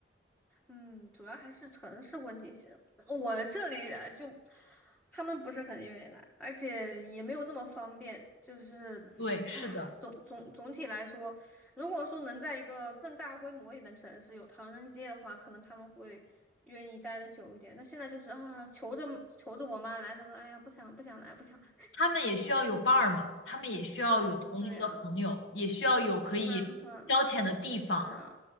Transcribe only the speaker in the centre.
嗯，主要还是城市问题性。我这里啊就他们不是很愿意来，而且也没有那么方便。就是，
哎呀，总总总体来说，如果说能在一个更大规模一点的城市有唐人街的话，可能他们会愿意待得久一点。那现在就是啊，求着求着我妈来，她说哎呀，不想不想来，不想来。
<laughs> 嗯，对呀，
要不然的话是啊，